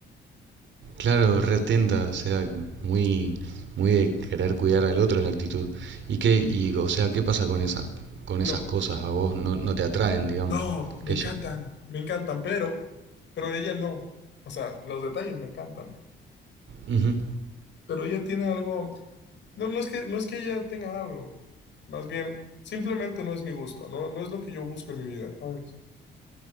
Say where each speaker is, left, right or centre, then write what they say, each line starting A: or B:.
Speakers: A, on the right; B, on the left.
A: Claro, retenta, o sea, muy, muy de querer cuidar al otro la actitud. ¿Y qué, y, o sea, qué pasa con esas, con
B: No,
A: esas cosas? A vos no, no te atraen, digamos,
B: no, me
A: que
B: encantan,
A: ella.
B: me encantan, pero, pero ella no. O sea, los detalles me encantan.
A: Ujú,
B: Pero ella tiene algo, no, no es que, no es que ella tenga algo, más bien, simplemente no es mi gusto, no, no es lo que yo busco en mi vida, ¿sabes?